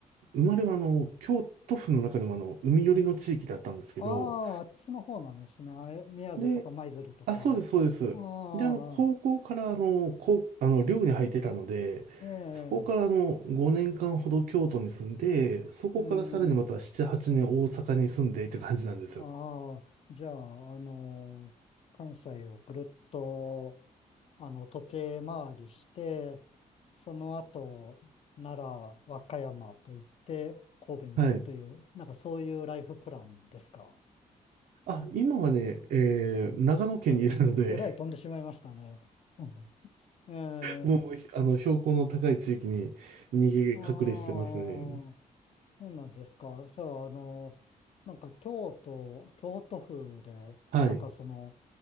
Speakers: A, on the right; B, on the left.
A: 生まれはあの、京都府の中でもあの、海寄りの地域だったんですけど、
B: ああ、あっちの方なんですね。あえ宮津とか舞鶴とか。
A: で、あ、そうです、そうです。
B: あ
A: で、あの、高校からあの、
B: あ、
A: こう、あの、寮に入ってたので、
B: ええ
A: そこからあの、5年間ほど京都に住んで、そこからさらにまた7、
B: うん。
A: 8年大阪に住んでって感じなんですよ。
B: ああ、じゃあ、あのー関西をぐるっとあの、時計回りして、その後、奈良、和歌山と行って、神戸に行くという、
A: はい。
B: なんかそういうライフプランですか。
A: あ、今はね、えー、長野県にいるので
B: えらい飛んでしまいましたね。うんええ
A: もう、ひあの、標高の高い地域に逃げ隠れしてますね。
B: ああー、そうなんですか。じゃあ、あの、なんか京都、京都府で、
A: はい。
B: なんかその、